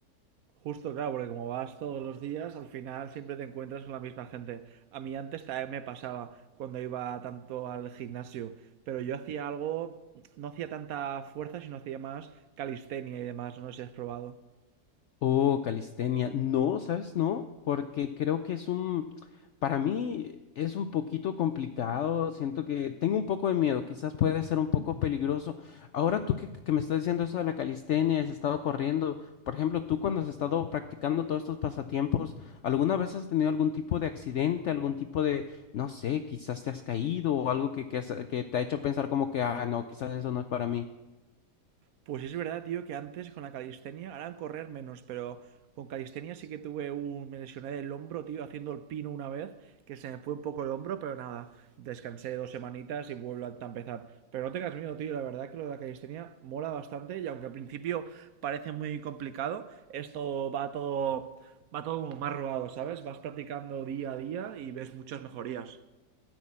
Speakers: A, on the right; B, on the left.
A: Justo, claro, porque como vas todos los días, al final siempre te encuentras con la misma gente. A mí antes también me pasaba cuando iba tanto al gimnasio, pero yo hacía algo, no hacía tanta fuerza, sino hacía más calistenia y demás, no sé si has probado.
B: Oh, calistenia. No, ¿sabes? No, porque creo que es un, para mí es un poquito complicado. Siento que tengo un poco de miedo, quizás puede ser un poco peligroso. Ahora tú que, que me estás diciendo eso de la calistenia, has estado corriendo, por ejemplo, tú cuando has estado practicando todos estos pasatiempos, ¿alguna vez has tenido algún tipo de accidente, algún tipo de, no sé, quizás te has caído o algo que, que, has- que te ha hecho pensar como que, ah, no, quizás eso no es para mí?
A: Pues es verdad, tío, que antes con la calistenia, ahora correr menos, pero con calistenia sí que tuve un... Me lesioné del hombro, tío, haciendo el pino una vez, que se me fue un poco el hombro, pero nada, descansé dos semanitas y vuelvo a empezar. Pero no tengas miedo, tío, la verdad que lo de la calistenia mola bastante y aunque al principio parece muy complicado, esto va todo... Va todo como más robado, ¿sabes? Vas practicando día a día y ves muchas mejorías.